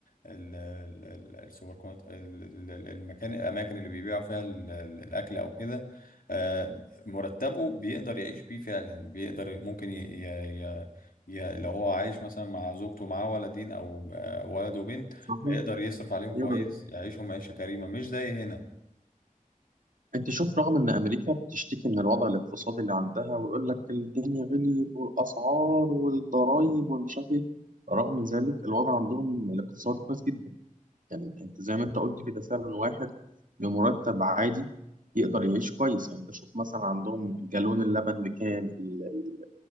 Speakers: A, on the left; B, on the right.
A: ال- ال- ال- السوبر كونت ال- ال- ال- المكان الاماكن اللي بيبيعوا فيها ال- ال- الاكل او كده آه، مرتبه بيقدر يعيش بيه فعلا بيقدر ممكن ي... ي... ي... ي- لو هو عايش مثلا مع زوجته معاه ولدين او آه، ولد وبنت
B: صحيح
A: هيقدر يصرف عليهم كويس
B: يقدر يعمل.
A: يعيشهم عيشة كريمة مش زي هنا
B: أنت شوف رغم إن أمريكا بتشتكي من الوضع الاقتصادي اللي عندها ويقول لك الدنيا غليت والأسعار والضرايب ومش عارف إيه رغم ذلك الوضع عندهم الاقتصادي كويس جدا يعني أنت زي ما أنت قلت كده فعلا واحد بمرتب عادي يقدر يعيش كويس يعني أنت شوف مثلا عندهم جالون اللبن بكام ال- ال-